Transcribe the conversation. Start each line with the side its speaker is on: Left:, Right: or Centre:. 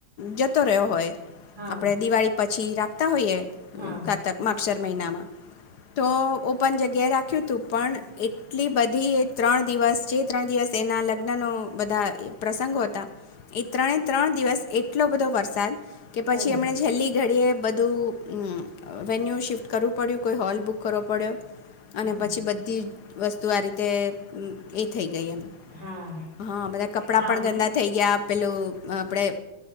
Left: જતો રહ્યો હોય,
Right: હા
Left: આપડે દિવાળી પછી છી રાખતા હોઈયે.
Right: હા
Left: કારતક માકસર મહિનામાં, તો ઓપન જગ્યાએ રાખ્યું હતું પણ એટલી બધી એ ત્રણ દિવસ જે ત્રણ દિવસ એનાં લગ્નનો બધા પ્રસંગો હતા, એ ત્રણે ત્રણ દિવસ એટલો બધો વરસાદ. કે પછી
Right: ઓહો
Left: એમણે છેલ્લી ઘડએ બધું વેન્યુ શિફ્ટ કરવું પડ્યું કોઈ હોલ બુક કરવો પડ્યો. અને
Right: હા
Left: પછી બધી વસ્તુ આ રીતે થઈ ગઈ એમ,
Right: હા
Left: હા બધા કપડાં
Right: હા
Left: પણ
Right: હા
Left: ગંદા થઈ ગયા. પેલું આપણેે